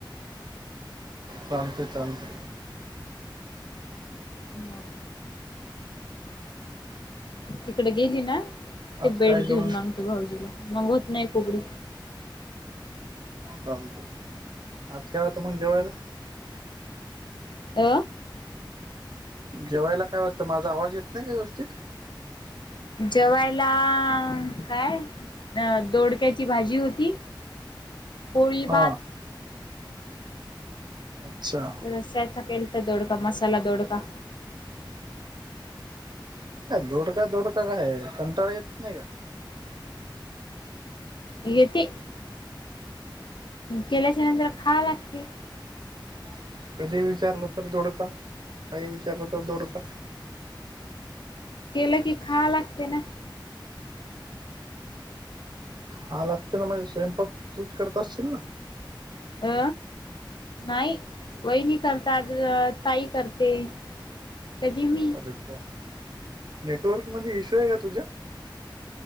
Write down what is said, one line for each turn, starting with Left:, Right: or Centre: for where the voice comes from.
Right: चालते चालते.
Left: नो. तिकडे गेली ना ते
Right: आज
Left: बेल्ट
Right: काय
Left: घेऊन
Right: जेवण
Left: मागतो भाऊजीला, मग होत नाही कोकडी
Right: चालतय. आज काय होतं मग जेवायला?
Left: अ
Right: जेवायला काय होत. माझा आवाज येत नाही काय व्यवस्थित.
Left: जेवायला काय? अ दोडक्याची भाजी होती, पोळी, भात
Right: हा अच्छा.
Left: रस्याचा केलता दोडका मसाला दोडका.
Right: अ दोडका दोडका काय कंटाळा येत नाही का?
Left: येती. केल्याच्या नंतर खायला लागतंय.
Right: <inaudible> कधी विचारलं तर दोडका, काही विचारलं तर दोडका.
Left: केलं की खाया लागतय ना?
Right: हा. लागते ना म्हणजे स्वयंपाक तूच करत असशील ना?
Left: अ नाही. वहिनी करतात. आज ताई करते. कधी मी.
Right: अरे पॉ नेटवर्क मध्ये इश्यू आहे का तुझ्या?